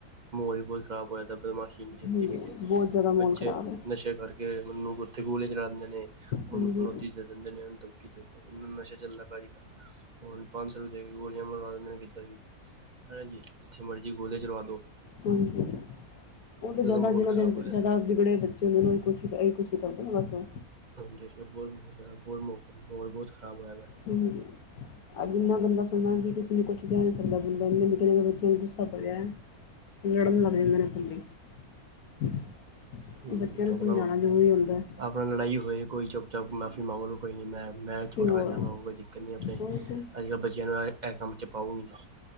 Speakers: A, on the right (about 40°); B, on the left (about 75°).
A: ਵੀ ਬਹੁਤ ਖਰਾਬ ਹੋਇਆ ਦਾ, ਬਦਮਾਸ਼ੀ ਵੀ ਚੱਲਦੀ
B: ਬਹੁਤ
A: ਪਈ ਹੈ
B: ਜ਼ਿਆਦਾ ਮਾਹੌਲ
A: ਬੱਚੇ
B: ਖ਼ਰਾਬ ਹੈ
A: ਨਸ਼ੇ ਕਰਕੇ ਉਹਨੂੰ ਉੱਥੇ ਗੋਲੀ ਚਲਾ ਦਿੰਦੇ ਨੇ ਉਹਨੂੰ
B: ਹਾਂਜੀ
A: ਫੁਰੌਤੀ ਦੇ ਦੇਂਦੇ ਨੇ ਧਮਕੀ ਊਨੂੰ ਨਸ਼ਾ ਚੱਲਦਾ ਭਾਜੀ ਕ ਪੰਜ ਸੌ ਰੁਪਏ ਦੇ ਕੇ ਗੋਲੀਆਂ ਮਰਵਾ ਦੇਂਦੇ ਨੇ, ਕਿੱਤੇ ਵੀ ਹਾਂਜੀ ਜਿਥੇ ਮਰਜ਼ ਜੀ ਗੋਲੀ ਚਲਵਾ ਦਉ
B: ਹਾਂਜੀ, ਉਹ ਤੇ ਜਿਆਦਾ
A: ਮਾਹੌਲ
B: ਜਿਹਨਾਂ
A: ਖਰਾਬ
B: ਦੇ
A: ਹੋਇਆ
B: ਜਿਆਦਾ ਵਿਗੜੇ ਬੱਚੇ ਜਿਨਾ ਦੇ, ਇਹੀ ਕੁਛ ਇਹੀ ਕੁਛ ਹੀ ਕਰਦੇ ਨੇ ਬਸ ਉਹ
A: ਜਿਸ ਬਹੁਤ- ਬਹੁਤ ਮਾਹੌਲ ਬਹੁਤ ਖ਼ਰਾਬ ਹੋਇਆ ਵ
B: ਹਮ ਅੱਜ ਇੰਨਾ ਗੰਦਾ ਸਮਾਂ ਵੀ ਕਿਸੇ ਨੂੰ ਕੁਛ ਕਹਿ ਨਹੀਂ ਸਕਦਾ ਬੰਦਾ, ਇੰ ਨਕੇ ਨਿੱਕੇ ਬੱਚਿਆਂ ਨੂੰ ਗੁੱਸਾ ਭਰਿਆ ਲੜਨ ਲਗ ਜਾਂਦੇ ਨੇ
A: ਹੂੰ
B: ਬੱਚਿਆਂ ਨੂੰ ਸਮਝਾਉਣਾ
A: ਆਪਣਾ
B: ਜ਼ਰੂਰੀ ਹੁੰਦਾ
A: ਆਪਣਾ ਲੜਾਈ ਹੋਏ ਕੋਈ ਚੁੱਪ ਚਾਪ ਮਾਫ਼ੀ ਮੰਗ ਲਓ, ਕੋਈ ਨਹੀਂ ਮੈਂ ਮੈਂ ਛੋਟਾ
B: ਕਿ ਹੋਰ
A: ਹੋ ਜਾਵਾ ਕੋਈ ਦਿੱਕਤ ਨਹੀਂ, ਆਪਣੇ
B: ਉਹੀ ਤੇ
A: ਅੱਜ ਕੱਲ ਬੱਚਿਆਂ ਨੂੰ ਇਹ ਕੰਮ 'ਚ ਪਾਓ ਹੀ ਨਾ